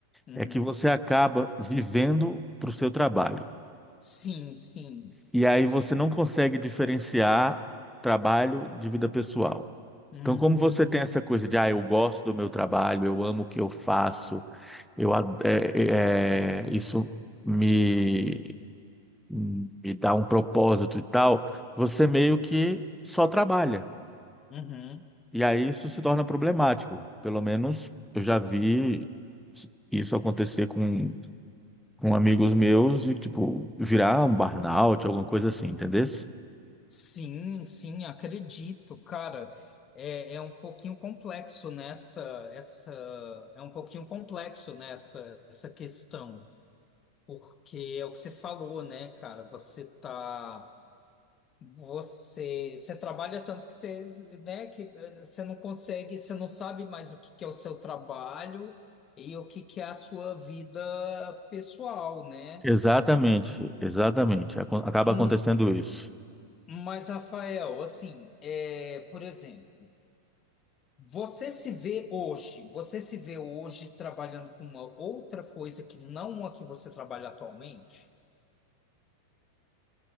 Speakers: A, on the left; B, in the centre.
A: Uhum.
B: é que você acaba vivendo para o seu trabalho.
A: Sim, sim.
B: E aí você não consegue diferenciar trabalho de vida pessoal.
A: Hum.
B: Então, como você tem essa coisa de, ah, eu gosto do meu trabalho, eu amo o que eu faço, eu, ad- é- é- é, isso me, me dá um propósito e tal, você meio que só trabalha.
A: Uhum.
B: E aí isso se torna problemático. Pelo menos eu já vi isso acontecer com com amigos meus e, tipo, virar um burnout, alguma coisa assim, entendesse?
A: Sim, sim, acredito, cara. É, é um pouquinho complexo nessa, essa, é um pouquinho complexo nessa, essa questão, porque é o que você falou, né, cara? Você tá, você, você trabalha tanto que você, né, que eh, você não consegue, você não sabe mais o que que é o seu trabalho e o que que é a sua vida pessoal, né?
B: Exatamente, exatamente. Acon- Acaba
A: Hum,
B: acontecendo isso.
A: Mas, Rafael, assim, é, por exemplo Você se vê hoje, você se vê hoje trabalhando com uma outra coisa que não a que você trabalha atualmente?